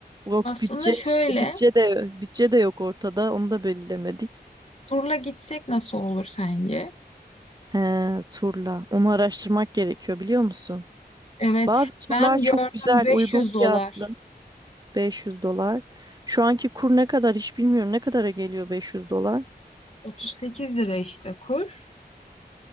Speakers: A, on the right; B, on the left.
A: Yok
B: Aslında
A: bütçe,
B: şöyle
A: şimdi bütçe de bütçe de yok ortada. Onu da belirlemedik.
B: turla gitsek nasıl olur sence?
A: He, turla. Onu araştırmak gerekiyor biliyor musun?
B: Evet
A: Bazı turlar
B: ben
A: çok
B: gördüm
A: güzel,
B: 500
A: uygun
B: dolar.
A: fiyatlı. 500 dolar. Şu anki kur ne kadar hiç bilmiyorum. Ne kadara geliyor 500 dolar?
B: 38 lira işte kur.